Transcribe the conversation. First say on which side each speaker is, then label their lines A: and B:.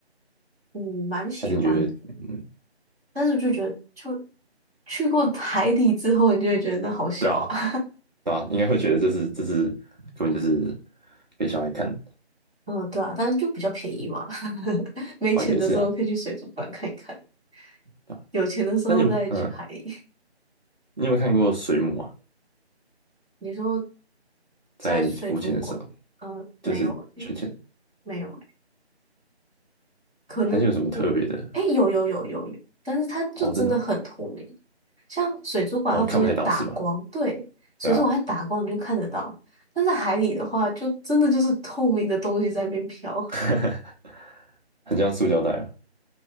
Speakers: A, in the centre; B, on the right (about 45°).
A: 嗯，蛮喜欢的，
B: 还是你觉得，嗯，
A: 但是就觉得，就去过海底之后，你就会觉得那好小啊。
B: 对啊，对啊，应该会觉得这是这是根本就是给小孩看的
A: <laughs> 嗯，对啊，但是就比较便宜嘛，<laughs> 没钱的时候可以去水族馆看一看，
B: 哦，也是啊，对啊。
A: 有钱的时候再去海里。
B: 那你有没有嗯，你有没有看过水母啊？
A: 你说
B: 在浮潜的时候？
A: 在水族馆？呃，没有诶，
B: 就是圈圈
A: 没有诶，可能有吗？
B: 盘圈有什么特别的？
A: 诶，有有有有有，但是它就真的很透明，
B: 哦，真的
A: 像水族馆它不是会打光？
B: 哦，看不太到是吧？
A: 对，水族馆它打光你就看得到，
B: 对啊，
A: 但在海里的话，就真的就是透明的东西在那边飘。
B: <laughs> 很像塑胶袋啊，